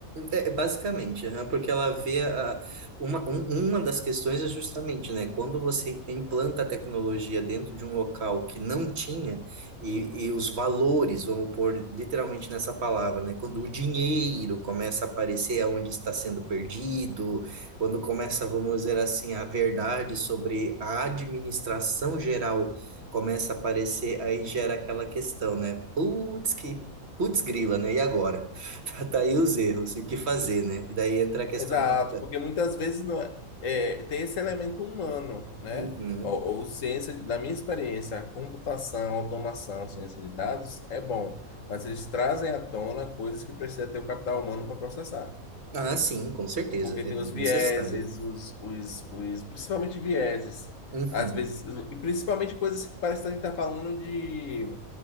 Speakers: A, on the right; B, on the left.
A: É, é, basicamente, aham, porque ela vê a, uma, um- uma das questões é justamente, né, quando você implanta a tecnologia dentro de um local que não tinha, e, e os valores, vamos pôr literalmente nessa palavra, né, quando o dinheiro começa a aparecer aonde está sendo perdido, quando começa, vamos dizer assim, a verdade sobre a administração geral começa a aparecer, aí gera aquela questão, né, putz, que, putz grila, né, e agora? <laughs> Tá aí os erros e o que fazer, né? E daí entra a questão
B: Exato,
A: do.
B: porque muitas vezes não é, é, tem esse elemento humano, né?
A: Uhum.
B: Ou, ou ciência, da minha experiência, a computação, automação, ciência de dados é bom, mas eles trazem à tona coisas que precisa ter o capital humano para processar,
A: Ah, sim, com certeza,
B: porque
A: é
B: tem os vieses,
A: necessário.
B: os, os, os, principalmente vieses,
A: Uhum,
B: às vezes, e principalmente coisas que parece que a gente está falando de